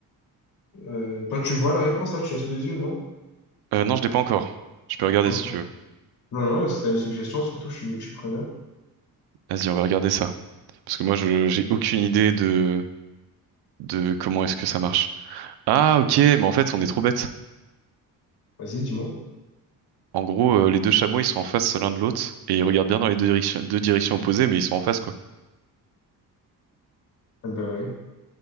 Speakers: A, on the left; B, on the right.
A: Euh, toi, tu vois la réponse là, tu l'as sous les yeux, non?
B: Euh, non, je l'ai pas encore. Je peux regarder
A: Ok.
B: si tu veux.
A: Non, non, si t'as une suggestion, surtout, je suis, je suis preneur.
B: Vas-y, on va regarder ça. Parce que moi, je j'ai aucune idée de de comment est-ce que ça marche. Ah, ok, mais en fait, on est trop bête.
A: Vas-y, dis-moi.
B: En gros, euh, les deux chameaux, ils sont en face l'un de l'autre et ils regardent bien dans les deux directions, deux directions opposées, mais ils sont en face, quoi.
A: Ah, ben ouais.